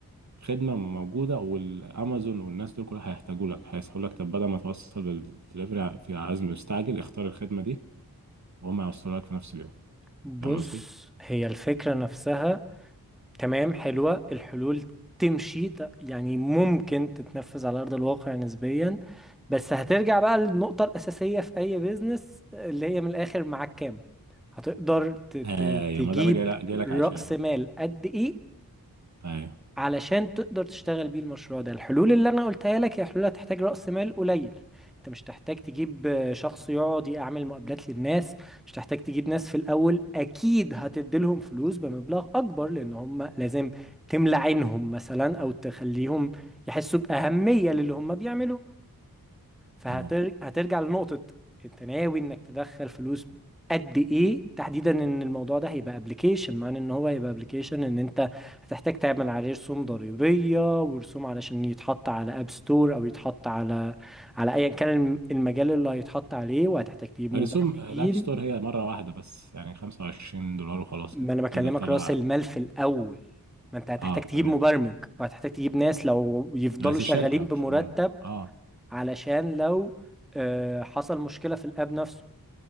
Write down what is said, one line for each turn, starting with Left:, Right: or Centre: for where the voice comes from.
Right: خدمة موجودة والأمازون والناس دول كلها هيحتاجوا لك هيقول لك طب بدل ما توصل بالدليفري في عزم مستعجل اختار الخدمة دي وهم هيوصلوا لك في نفس اليوم
Centre: بص
Right: فاهم قصدي؟
Centre: هي الفكرة نفسها تمام حلوة الحلول تمشي ت- يعني ممكن تتنفذ على أرض الواقع نسبيا بس هترجع بقى للنقطة الأساسية في أي بيزنس اللي هي من الآخر معاك كام هتقدر ت-
Right: أيوة
Centre: ت- تجيب
Right: ما ده بقى جاي لك جاي
Centre: رأس
Right: لك عشانه
Centre: مال قد إيه
Right: أيوة
Centre: علشان تقدر تشتغل بيه المشروع ده الحلول اللي انا قلتها لك هي حلول هتحتاج رأس مال قليل انت مش تحتاج تجيب آه، شخص يقعد يعمل مقابلات للناس مش تحتاج تجيب ناس في الاول اكيد هتديلهم فلوس بمبلغ اكبر لان هم لازم تملى عينهم مثلا او تخليهم يحسوا بأهمية للي هم بيعملوه فهترجع
Right: تمام
Centre: هترجع لنقطة انت ناوي انك تدخل فلوس قد ايه تحديدا ان الموضوع ده هيبقى ابلكيشن معنى ان هو هيبقى ابلكيشن ان انت هتحتاج تعمل عليه رسوم ضريبية ورسوم علشان يتحط على اب ستور او يتحط على على ايا كان الم- المجال اللي هيتحط عليه وهتحتاج تجيب مبرمجين
Right: رسوم الاب ستور هي مره واحده بس يعني 25 دولار وخلاص
Centre: ما
Right: كده
Centre: انا بكلمك
Right: تبدا تطلع
Centre: راس المال في الاول ما انت هتحتاج
Right: اه
Centre: تجيب
Right: تمام
Centre: مبرمج وهتحتاج تجيب ناس لو يفضلوا
Right: بس
Centre: شغالين
Right: الشركه مش
Centre: بمرتب
Right: مره اه
Centre: علشان لو آه، حصل مشكلة في الاب نفسه